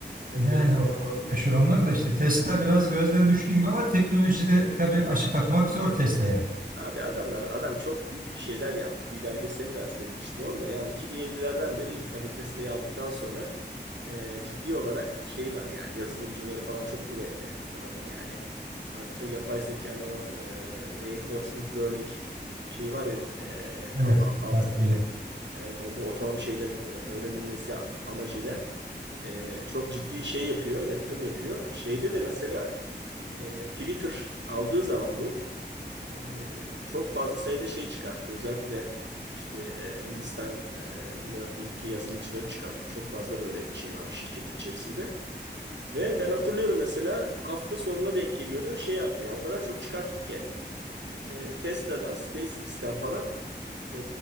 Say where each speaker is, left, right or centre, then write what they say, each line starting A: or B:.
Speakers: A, on the right; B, on the right.
A: enteresan
B: Yani o meşhur onlar da işte Tesla biraz gözden düştü gibi ama teknolojide tabii aşık atmak zor Tesla'ya.
A: Abi adamlar adam çok büyük şeyler yaptı. Bir belgeselini ben seyretmiştim onun da. Yani 2007'lerden beri ilk tabii Tesla'yı aldıktan sonra e, ciddi olarak şey var yani yazılımcıları falan çok kuvvetli adamın yani. Artı yapay zekanın o e, reinforcement learning şeyi var ya e,
B: Evet
A: al- alt
B: takviye.
A: alanı. Evet, o, bu otonom şeylerin e, öğrenilmesi amacıyla e, çok ciddi şey yapıyor, yatırım yapıyor. Şeyde de mesela e, Twitter aldığı zaman bu. Ee, çok fazla sayıda şey çıkarttı. Özellikle işte e, Hindistanlı, Hintli yazılımcıları çıkarttı. Çok fazla böyle şey varmış şirketin içerisinde. Ve ben hatırlıyorum mesela hafta sonuna denk geliyordu. Şey attı ya o kadar çok çıkarttı ki e, Tesla'dan, SpaceX'ten falan e,